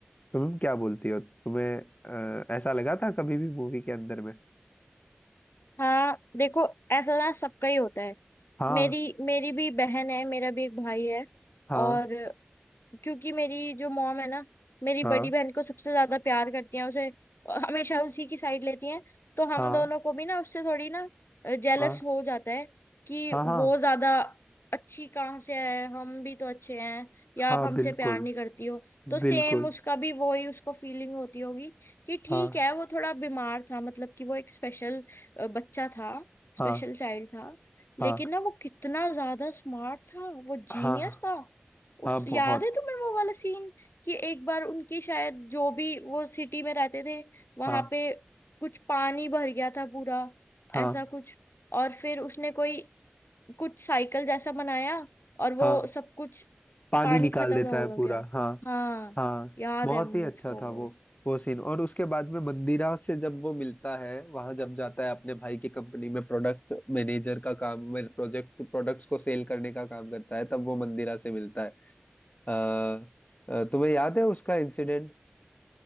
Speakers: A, on the left; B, on the left.
A: तुम क्या बोलती हो तुम्हें अ, ऐसा लगा था कभी भी मूवी के अंदर में
B: हाँ देखो ऐसा ना सबका ही होता है
A: हाँ
B: मेरी मेरी भी बहन है मेरा भी एक भाई है
A: हाँ
B: और क्योंकि मेरी जो मॉम है ना मेरी
A: हाँ
B: बड़ी बहन को सबसे ज्यादा प्यार करती हैं उसे हमेशा उसी की साइड लेती हैं तो हम
A: हाँ
B: दोनों को भी ना उससे थोड़ी ना जेलस
A: हाँ
B: हो जाता है कि
A: हाँ
B: वो
A: हाँ
B: ज्यादा अच्छी कहाँ से है हम भी तो अच्छे हैं या
A: हाँ
B: आप हमसे
A: बिल्कुल
B: प्यार नहीं करती हो तो सेम
A: बिल्कुल
B: उसका भी वो ही उसको फीलिंग होती होगी कि ठीक
A: हाँ
B: है वो थोड़ा बीमार था मतलब कि वो एक स्पेशल बच्चा था स्पेशल
A: हाँ
B: चाइल्ड था लेकिन
A: हाँ
B: ना वो कितना ज्यादा स्मार्ट था वो जीनियस
A: हाँ
B: था उस
A: हाँ बहुत
B: याद है तुम्हें वो वाला सीन कि एक बार उनकी शायद जो भी वो सिटी में रहते थे वहां
A: हाँ
B: पे कुछ पानी भर गया था पूरा
A: हाँ
B: ऐसा कुछ और फिर उसने कोई कुछ साइकिल जैसा बनाया और वो
A: हाँ
B: सब कुछ
A: पानी
B: पानी
A: निकाल
B: खत्म
A: देता
B: हो
A: है पूरा
B: गया
A: हाँ
B: हाँ
A: हाँ
B: याद
A: बहुत
B: है मुझको
A: ही अच्छा था
B: वो
A: वो वो सीन और उसके बाद में मंदिरा से जब वो मिलता है वहां जब जाता है अपने भाई की कंपनी में प्रोडक्ट मैनेजर का काम में प्रोजेक्ट प्रोडक्ट्स को सेल करने का काम करता है तब वो मंदिरा से मिलता है अ, अ, तुम्हें याद है उसका इंसिडेंट